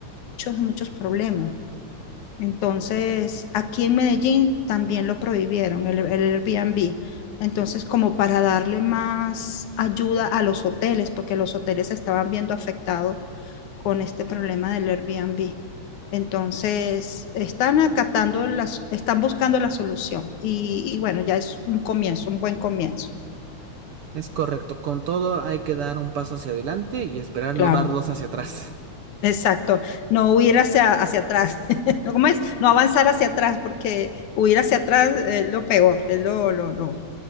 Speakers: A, on the left (about 80°); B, on the right (about 65°).
A: muchos, muchos problemas. Entonces, aquí en Medellín también lo prohibieron, el, el Airbnb. Entonces, como para darle más ayuda a los hoteles, porque los hoteles se estaban viendo afectados con este problema del Airbnb. Entonces, están acatando las, están buscando la solución. Y, y bueno, ya es un comienzo, un buen comienzo.
B: Es correcto, con todo hay que dar un paso hacia adelante y esperar
A: Claro.
B: no dar dos hacia atrás.
A: Exacto, no huir hacia, hacia atrás, <laughs> ¿no? ¿cómo es? No avanzar hacia atrás, porque huir hacia atrás es lo peor, es lo, lo, lo,